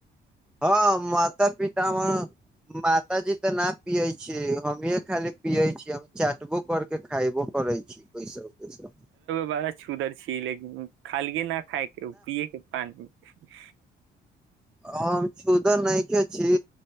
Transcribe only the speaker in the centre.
हँ माता पिता हमर माताजी तऽ नहि पियै छियै हमीए खाली पियै छियै हम चाटबो करके खायबो करै छी कैसो कैसो
आ हम छुदर न‌इखे छी